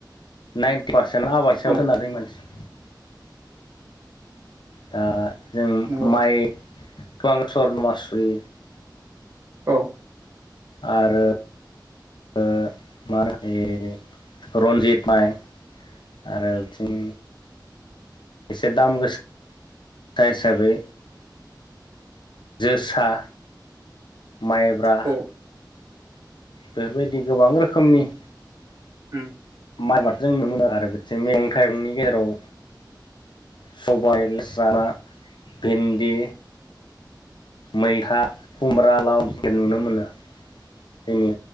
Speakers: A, on the left (about 75°); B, on the right (about 40°).
A: नाइनटि पारसेन्ट आबाद सायाव
B: औ
A: <unintelligible> मानसिया दा जों
B: नंगौ
A: माइ गोबां सर्नमासुरि
B: औ।
A: आरो ओ मा होनो रन्जित माइ आरो बेथिं एसे दाम गोसासा हिसाबै जोसा माइब्रा
B: औ
A: बेफोरबायदि गोबां रोखोमनि
B: उम
A: माइआबाद जों नु मोनो आरो बिथिं मैगं थाइगंनि गेजेराव सबाय लेसारा भिन्दि मैथा खुमब्रा लाव नुनो मोनो जोंनि